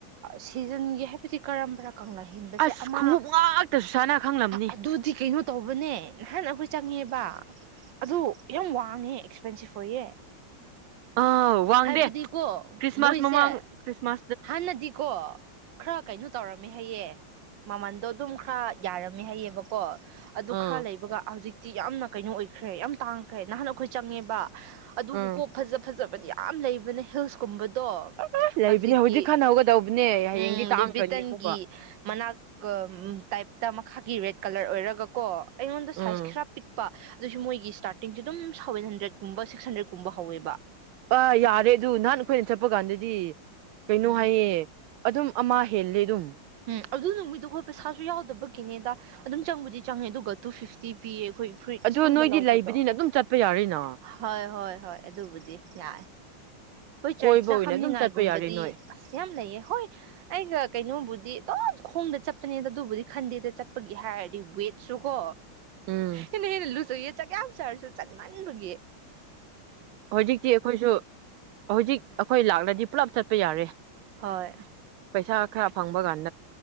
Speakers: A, on the right; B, on the right.
A: ꯁꯤꯖꯟꯒꯤ ꯍꯥꯏꯕꯗꯤ ꯀꯔꯝꯕꯔ ꯀꯪꯂꯥ ꯍꯦꯟꯕꯁꯦ
B: ꯑꯁ
A: ꯑꯃ
B: ꯈꯣꯡꯎꯞ ꯉꯥꯛꯇ ꯁꯨꯁꯥꯟꯅ ꯈꯪꯂꯝꯅꯤ
A: ꯑꯗꯨꯗꯤ ꯀꯩꯅꯣ ꯇꯧꯕꯅꯦ ꯅꯍꯥꯟ ꯑꯩꯈꯣꯏ ꯆꯪꯉꯦꯕ ꯑꯗꯨ ꯌꯥꯝ ꯋꯥꯡꯉꯦ ꯑꯦꯛꯁꯄꯦꯟꯁꯤꯞ ꯑꯣꯏꯌꯦ
B: ꯑꯥ ꯋꯥꯡꯗꯦ
A: ꯍꯥꯏꯕꯗꯤꯀꯣ
B: ꯈ꯭ꯔꯤꯁꯃꯥꯁ
A: ꯃꯣꯏꯁꯦ
B: ꯃꯃꯥꯡ ꯈ꯭ꯔꯤꯁꯃꯥꯁ
A: ꯍꯥꯟꯅꯗꯤꯀꯣ ꯈꯔ ꯀꯩꯅꯣ ꯇꯧꯔꯝꯃꯦ ꯍꯥꯏꯌꯦ ꯃꯃꯟꯗꯣ ꯑꯗꯨꯝ ꯈꯔ ꯌꯥꯔꯝꯃꯦ ꯍꯥꯏꯌꯦꯕꯀꯣ ꯑꯗꯨ
B: ꯑꯥ
A: ꯈꯔ ꯂꯩꯕꯒ ꯍꯧꯖꯤꯛ ꯇꯤ ꯌꯥꯝꯅ ꯀꯩꯅꯣ ꯑꯣꯏꯈ꯭ꯔꯦ ꯌꯥꯝ ꯇꯥꯡꯈ꯭ꯔꯦ ꯅꯍꯥꯟ ꯑꯩꯈꯣꯏ ꯆꯪꯉꯦꯕ ꯑꯗꯨꯕꯨꯀꯣ
B: ꯎꯝ
A: ꯐꯖ ꯐꯖꯕ ꯕꯗꯤ ꯌꯥꯝ ꯂꯩꯕꯅꯦ ꯍꯤꯜꯁꯀꯨꯝꯕ ꯇꯣ
B: ꯑꯥ ꯂꯩꯕꯅꯦ
A: ꯍꯧꯖꯤꯛ
B: ꯈꯟ ꯍꯧꯒꯗꯧꯕꯅꯦ ꯍꯌꯦꯡꯗꯤ
A: ꯎꯝ
B: ꯇꯥꯡꯈ꯭ꯔꯅꯤ
A: ꯂꯤꯕꯤꯇꯟꯒꯤ
B: ꯑꯃꯨꯛꯀ
A: ꯃꯅꯥꯛ ꯇꯥꯏꯞ ꯃꯈꯥꯒꯤ ꯔꯦꯠ ꯀꯂꯔ ꯑꯣꯏꯔꯒ ꯀꯣ ꯑꯩꯉꯣꯟꯗ ꯁꯥꯏꯖ
B: ꯎꯝ
A: ꯈꯔ ꯄꯤꯛꯄ ꯑꯗꯨꯁꯨ ꯃꯣꯏꯒꯤ ꯁ꯭ꯇꯥꯔꯇꯤꯡꯁꯨ ꯑꯗꯨꯝ ꯁꯕꯦꯟ ꯍꯟꯗ꯭ꯔꯦꯗꯀꯨꯝꯕ ꯁꯤꯛꯁ ꯍꯟꯗ꯭ꯔꯦꯠꯀꯨꯝꯕ ꯍꯧꯋꯦꯕ
B: ꯑ ꯌꯥꯔꯦ ꯑꯗꯨ ꯅꯍꯥꯟ ꯑꯩꯈꯣꯏꯅ ꯆꯠꯄ ꯀꯥꯟꯗꯗꯤ ꯀꯩꯅꯣ
A: ꯎꯝ
B: ꯍꯥꯏꯌꯦ ꯑꯗꯨꯝ ꯑꯃ ꯍꯦꯜꯂꯦ ꯑꯗꯨꯝ
A: ꯎꯝ ꯑꯗꯨ ꯅꯨꯃꯤꯠꯇꯀꯣ ꯄꯩꯁꯥꯁꯨ ꯌꯥꯎꯗꯕꯒꯤꯅꯦꯗ ꯑꯗꯨꯝ ꯆꯪꯕꯨꯗꯤ ꯆꯪꯉꯦ ꯑꯗꯨꯒ ꯇꯨ ꯐꯤꯐꯇꯤ ꯄꯤꯌꯦ ꯑꯩꯈꯣꯏ ꯐꯨꯔꯤꯠ
B: ꯑꯗꯣ
A: ꯑꯁꯥꯡꯕ
B: ꯅꯣꯏꯗꯤ
A: ꯂꯧꯕꯗꯣ
B: ꯂꯩꯕꯅꯤꯅ ꯑꯗꯨꯝ ꯆꯠꯄ ꯌꯥꯔꯤꯅ
A: ꯍꯣꯏ ꯍꯣꯏ ꯍꯣꯏ ꯑꯗꯨꯕꯨꯗꯤ ꯌꯥꯏꯌꯦ ꯍꯣꯏ
B: ꯀꯣꯏꯕ
A: ꯆꯔꯆꯇ
B: ꯑꯣꯏꯅ
A: ꯍꯥꯞꯅꯤꯡꯉꯥꯏꯒꯨꯝꯕꯗꯤ
B: ꯑꯗꯨꯝ ꯆꯠꯄ ꯌꯥꯔꯦ ꯅꯣꯏ
A: ꯑꯁ ꯌꯥꯝ ꯂꯩꯌꯦ ꯍꯣꯏ ꯑꯩꯒ ꯀꯩꯅꯣꯕꯨꯗꯤ ꯑꯗꯨꯝ ꯈꯣꯡꯗ ꯆꯠꯄꯅꯦ ꯑꯗꯨꯕꯨꯗꯤ ꯈꯟꯗꯦꯗ ꯆꯠꯄꯒꯤ ꯍꯥꯏꯔꯗꯤ ꯋꯦꯠꯁꯨ ꯀꯣ
B: ꯎꯝ
A: ꯍꯦꯟꯅ ꯍꯦꯟꯅ ꯂꯣꯁ ꯑꯣꯏꯌꯦ ꯆꯥꯛ ꯌꯥꯝ ꯆꯔꯁꯨ ꯆꯠꯃꯟ ꯃꯟꯕꯒꯤ
B: ꯍꯧꯖꯤꯛꯇꯤ ꯑꯩꯈꯣꯏꯁꯨ ꯍꯧꯖꯤꯛ ꯑꯩꯈꯣꯏ ꯂꯥꯛꯂꯗꯤ ꯄꯨꯂꯞ ꯆꯠꯄ ꯄ ꯌꯥꯔꯦ
A: ꯍꯣꯏ
B: ꯄꯩꯁꯥ ꯈꯔ ꯐꯪꯕꯒꯥꯟꯗ